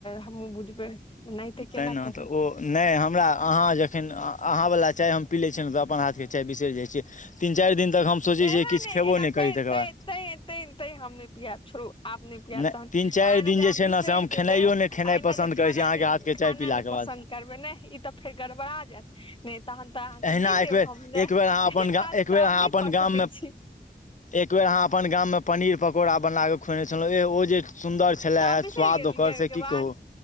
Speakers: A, on the left; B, on the left.
A: हमहुँ बुझबै एनाहिते
B: तेँ
A: केना
B: ने
A: कहू
B: तऽ ओ नहि हमरा अहाँ जखन अहाँ वला चाय हम पी लै छियै ने तऽ अपन हाथके चाय बिसरि जाइ छियै तीन चारि दिन तक हम सोचै
A: एना
B: छियै किछु
A: नहिना
B: खेबो नहि
A: तैं
B: करी तकर
A: तैं
B: बाद
A: तैं तैं तैंन हम नहि पियेब छोरू आब आब
B: नहि
A: तहन
B: तीन चारि
A: आ एना
B: दिन
A: जे
B: छै
A: बिसरि
B: ने से हम
A: जेबै
B: खेनाइयो नहि खेनाइ
A: आ एना
B: पसन्द
A: जे
B: करैत
A: खाना
B: छी अहाँके हाथके चाय
A: खाना
B: पीलाके
A: नहि
B: बाद
A: पसन्द करबै नहि ई तऽ फेर गड़बड़ा जायत नहि तहन तऽ अहाँके
B: अहिना
A: नहि देब
B: एकबेर
A: हम एहन
B: एकबेर अहाँ अपन गा
A: काज तऽ
B: एक एक बेर
A: हम
B: अहाँ
A: नहि
B: अपन
A: कऽ
B: गाम
A: सकैत
B: मे
A: छी
B: एक बेर अहाँ अपन गाममे पनीर पकौड़ा बनाकऽ खुएने छलहुँ एह ओ जे सुन्दर छले
A: तऽ अहाँ
B: हे
A: बिसरि
B: स्वाद
A: गेलियै
B: ओकर
A: ओहिके
B: से की
A: बाद
B: कहू